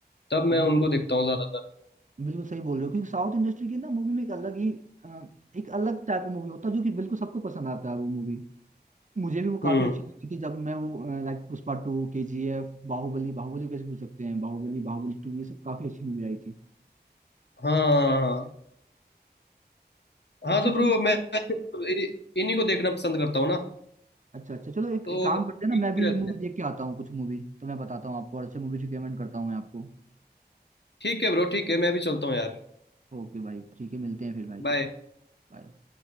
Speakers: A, on the left; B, on the right.
A: तब
B: ये
A: मैं उनको देखता हूँ ज्यादातर
B: बिल्कुल सही बोल रहे हो क्योंकि साउथ इंडस्ट्री की ना मूवी में एक अलग ही अ, एक अलग टाइप का मूवी होता है जो कि बिल्कुल सबको पसंद आता है वो मूवी मुझे भी वो काफी
A: हम्म
B: अच्छी लगी थी जब मैं वो like Pushpa two K G F Baahubali Baahubali को कैसे भूल सकते हैं बाहुबली बाहुबली टू ये सब काफी अच्छी मूवी आई थी
A: हाँ हाँ हाँ
B: अच्छा
A: हाँ तो ब्रो
B: चलो
A: मैं
B: भाई
A: इ- इन्हीं को देखना पसंद करता हूँ ना
B: अच्छा अच्छा चलो एक,
A: तो
B: एक काम करते हैं ना
A: ठीक
B: मैं भी
A: रहता
B: मूवी
A: है
B: देख के आता हूँ कुछ मूवी तो मैं बताता हूँ आपको और अच्छे मूवी रिकमेंड करता हूँ मैं आपको
A: ठीक है ब्रो ठीक है मैं भी चलता हूँ यार
B: ओके भाई ठीक है मिलते हैं फिर भाई
A: बाय
B: बाय